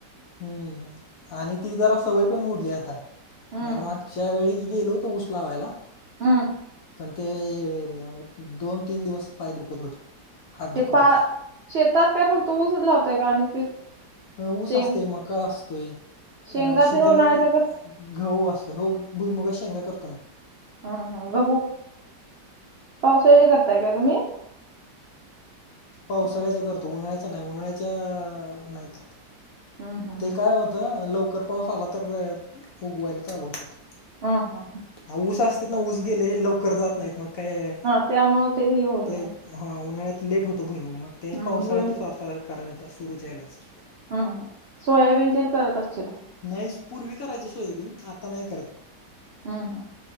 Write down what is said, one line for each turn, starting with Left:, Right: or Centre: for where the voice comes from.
Left: हूं आणि ती जरा सवय पण मोडली आता
Right: हम्म.
Left: माझे माग च्या वेळी गेलो होतो ऊस लावायला.
Right: हूं!
Left: पण ते म्हणजे दोन तीन दिवस पाय दुखत होते. हात दुखत
Right: ते पा
Left: होते
Right: शेतात काय फक्त ऊसच लावताय कां आणी पीक
Left: हं ऊस
Right: शेंग
Left: असतय मका असतय
Right: शेंगा
Left: अ शिजन
Right: तेन उन्हाळ्याचा ग
Left: गहु असतंय हो भुईमुगा शेंगा करतो हा
Right: हा हा गहू पावसाळ्यात करताय का तुम्ही
Left: पावसाळ्याच्या
Right: हम्म
Left: करतो उन्हाळ्याच्या नाही उन्हाळ्याच्या नाही करत.
Right: हम हम
Left: ते काय होतं लवकर पाऊस आला तर उगवायला चालू होतंय.
Right: हा हा ह
Left: हा ऊस असते ना ऊस गेले लवकर जात नाहीत मग काय
Right: हा त्यामुळे ते हे होत
Left: ते
Right: नाही
Left: हा उन्हाळ्यात लेट होतो भुईमुग मग ते
Right: हम्म
Left: पावसाळ्यातच
Right: ब
Left: आता कारण सुरूच्या ह्यलाच
Right: ह हा सोयाबीन तेल करत असचिला.
Left: नाहीस पूर्वी करायचं सोयाबीन आता नाही करत.
Right: हम् ह